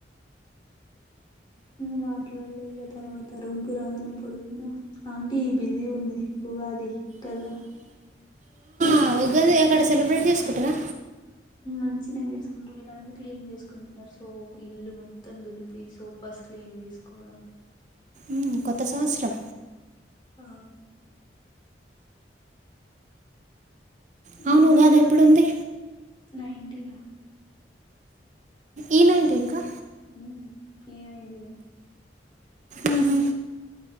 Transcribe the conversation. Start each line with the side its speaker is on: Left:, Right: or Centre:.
Left: మాట్లాడలే ఇక తర్వాత రూమ్కిి రాగానే పడుకున్నా ఆంటీ బిజీ ఉంది ఉగాది కదా
Right: ఆ ఉగాది అక్కడ సెలబ్రేట్ చేసుకుంటరా?
Left: మ చేసుకుంటారు వీళ్ళు అన్ని క్లీన్ చేసుకుంటున్నారు సో ఇల్లు మొత్తం దులిపి సో ఫస్ట్ క్లీన్ చేసి స్కూ
Right: ఉమ్, కొత్త సంవత్సరం
Left: ఆ
Right: అవును
Left: మనక్లా
Right: ఉగాది ఎప్పుడుంది
Left: నైటీన్
Right: ఈ నైన్టీన్కా
Left: ఉ ఏనైంటిని
Right: ఊహు